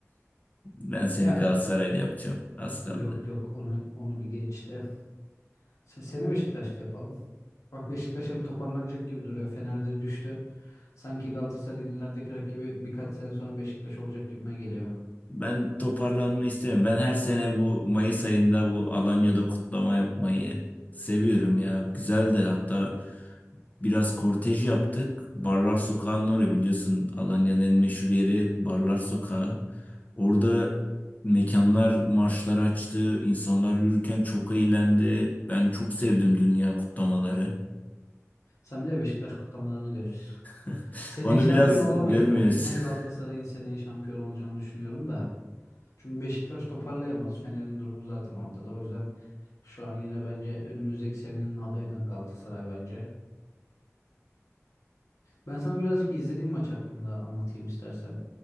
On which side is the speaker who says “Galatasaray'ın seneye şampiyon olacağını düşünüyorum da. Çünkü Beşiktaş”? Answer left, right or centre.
Left